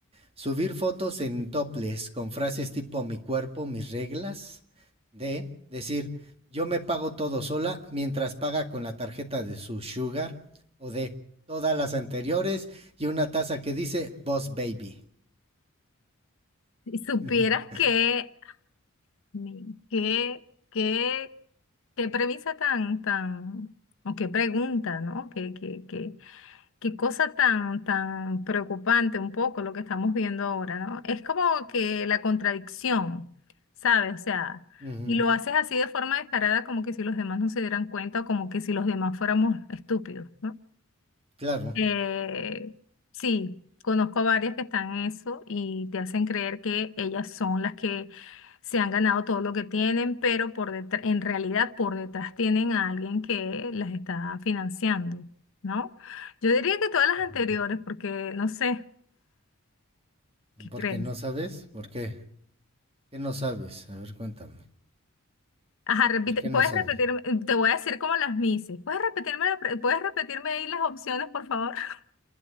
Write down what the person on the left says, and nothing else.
Si supieras
que Mi- ¿Qué, qué, qué premisa tan, tan, o qué pregunta, ¿no? Qué, qué, qué, qué cosa tan, tan preocupante un poco lo que estamos viendo ahora, ¿no? Es como que la contradicción, ¿sabes? O sea,
y lo haces así de forma descarada, como que si los demás no se dieran cuenta o como que si los demás fuéramos estúpidos, ¿no?
Eh, sí, conozco a varias que están en eso y te hacen creer que ellas son las que se han ganado todo lo que tienen, pero por detrás, en realidad por detrás tienen a alguien que las está financiando, ¿no? Yo diría que todas las
anteriores, porque no sé, ¿qué
crees?
Ajá, repite,
puedes
repetirme, te voy a decir como las mises. ¿Puedes repetirme, la pre- puedes repetirme ahí las opciones, por favor? <laughs>